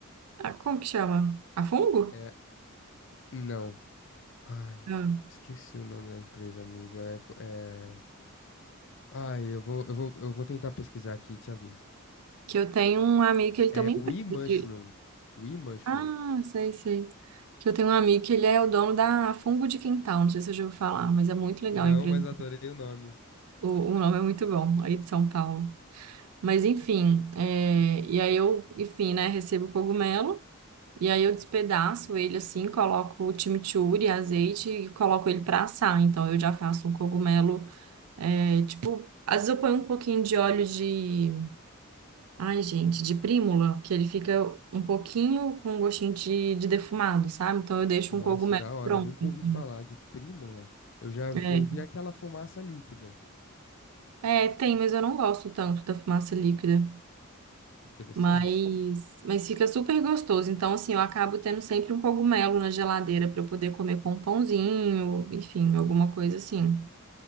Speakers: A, on the right; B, on the left.
A: Ah, como que chama? A fungo?
B: É. Não. Ai,
A: Ah,
B: esqueci o nome da empresa, amiga. É. co- é... Ai, eu vou, eu vou, eu vou tentar pesquisar aqui e te aviso.
A: que eu tenho um amigo que ele
B: É
A: tem uma empresa
B: We Mushroom.
A: de.
B: We Mushroom.
A: Ah, sei, sei. Que eu tenho um amigo que ele é o dono da Fungo de Quintal, não sei se eu já ouvi falar, mas é muito legal
B: Não,
A: a empresa.
B: mas adorei o nome.
A: O, o nome é muito bom, aí de São Paulo. Mas enfim, é, e aí eu, enfim, né, recebo o cogumelo, e aí eu despedaço ele assim, coloco o chimichurri, azeite e coloco ele para assar. Então eu já faço um cogumelo, é, tipo, às vezes eu ponho um pouquinho de óleo de, ai gente, de prímula, que ele fica um pouquinho com um gostinho de, de defumado, sabe? Então eu deixo
B: Nossa,
A: um cogumelo
B: da hora.
A: pronto.
B: Nunca
A: assim.
B: ouvi falar de Prímola. Eu já vi-
A: É,
B: ouvi aquela fumaça líquida.
A: É, tem, mas eu não gosto tanto da fumaça líquida.
B: Interessante.
A: Mas, mas fica super gostoso. Então, assim, eu acabo tendo sempre um cogumelo na geladeira para eu poder comer com um pãozinho, enfim, alguma coisa assim.